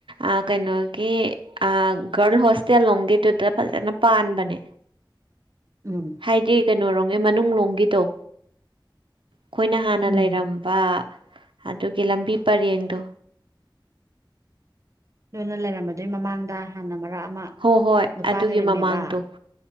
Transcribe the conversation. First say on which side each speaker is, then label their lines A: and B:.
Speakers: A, on the right; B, on the right.
A: ꯑꯥ ꯀꯩꯅꯣꯒꯤ ꯑꯥ ꯒꯥꯔ꯭ꯜ ꯍꯣꯁꯇꯦꯜ ꯂꯣꯡꯒꯤꯠꯇꯨꯗ ꯐꯖꯟꯅ ꯄꯥꯟꯕꯅꯦ
B: ꯎꯝ
A: ꯍꯥꯏꯗꯤ ꯀꯩꯅꯣꯔꯣꯡꯒꯤ ꯃꯅꯨꯡꯂꯣꯝꯒꯤ ꯇꯣ ꯈꯣꯏꯅ ꯍꯥꯟꯅ
B: ꯎꯝ
A: ꯂꯩꯔꯝꯕ ꯑꯗꯨꯒꯤ ꯂꯝꯕꯤ ꯄꯔꯦꯡꯗꯣ
B: ꯅꯣꯏꯅ ꯂꯩꯔꯝꯕꯗꯨꯏ ꯃꯃꯥꯡꯗ ꯍꯥꯟꯅ ꯃꯔꯛ ꯑꯃ
A: ꯍꯣꯏ ꯍꯣꯏ
B: ꯅꯨꯄꯥ
A: ꯑꯗꯨꯒꯤ
B: ꯂꯩꯔꯝꯃꯦꯕ
A: ꯃꯃꯥꯡꯗꯣ